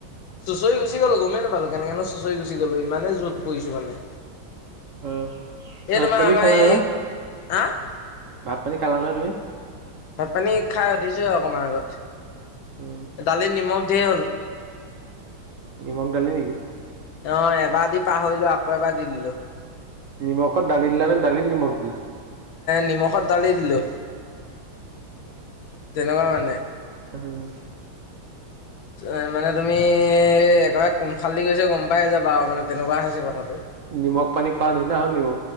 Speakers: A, on the left; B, on the right.
A: চুঁচৰি গুচি গলো গমেই নাপালো কেনেকে চুঁচৰি গুচি গ'লো ইমানে জ'ত পৰিছো মানে
B: অ ভাত
A: এ তোমাৰ
B: পানী
A: আমাৰ
B: খালা
A: হেই
B: নহয়
A: আ
B: ভাত পানী খালা নহয় তুমি
A: ভাত পানী খাই সধিছো অকমান আগত
B: উম
A: দালিত নিমখ সেই টোৱাই
B: নিমখ ডালি নেকি
A: অঁ এবাৰ দি পাহৰিলো আকৌ এবাৰ দি দিলো
B: নিমখত দালি দিলা নে দালিত নিমখ দিলা
A: নিমখত দালি দিলোঁ তেনেকুৱা মানে
B: ত <unintelligible>
A: এ মানে তুমি একেবাৰে কোনফালদি গৈছ গম পাই যাবা আৰু মানে তেনেকুৱা হৈছে কথাটো
B: নিমখ পানী খোৱা নিচিনা হ'লনি